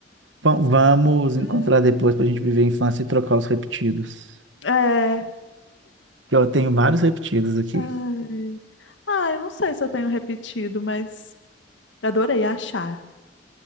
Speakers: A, on the right (about 85°); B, on the left (about 80°).
A: Va- Vamos encontrar
B: <laughs>
A: depois para a gente viver a infância e trocar os repetidos.
B: É.
A: Que eu tenho vários repetidos aqui.
B: Ai. Ah, eu não sei se eu tenho repetido, mas adorei achar,